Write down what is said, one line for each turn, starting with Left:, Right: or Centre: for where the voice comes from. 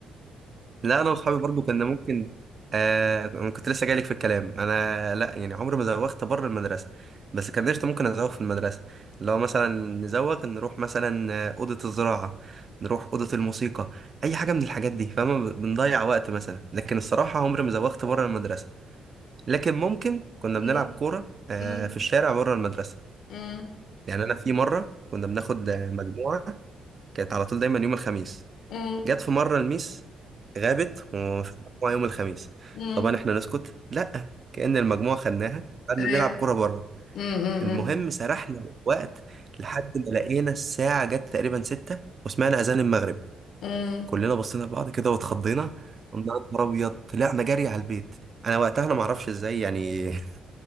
Right: <laughs> لا انا واصحابي برضه كنا ممكن آه أنا كنت لسه جايلك في الكلام انا لا يعني عمري ما زوغت بره المدرسه بس كان قشطه ممكن ازوغ في المدرسه اللي هو مثلا نزوغ نروح مثلا آه، اوضه الزراعه نروح اوضه الموسيقى اي حاجه من الحاجات دي فاهمه بنضيع وقت مثلا لكن الصراحه عمري ما زوغت بره المدرسه لكن ممكن كنا
Left: امم
Right: بنلعب كوره آه
Left: امم
Right: في الشارع بره المدرسه
Left: امم
Right: يعني انا في مره كنا بناخد آه، مجموعه كانت على طول دايما يوم الخميس
Left: امم
Right: جت في مره الميس غابت ومفيش مجموعه يوم الخميس
Left: أمم.
Right: طبعا احنا نسكت لا كأن المجموعه خدناها قعدنا
Left: ايوه
Right: نلعب كوره بره
Left: امم امم
Right: المهم سرحنا وقت لحد ما لقينا الساعه جت تقريبا ستة وسمعنا اذان المغرب
Left: أمم.
Right: كلنا بصينا لبعض كده واتخضينا قلنا يا نهار ابيض طلعنا جري على البيت انا وقتها انا ما اعرفش ازاي يعني <laughs>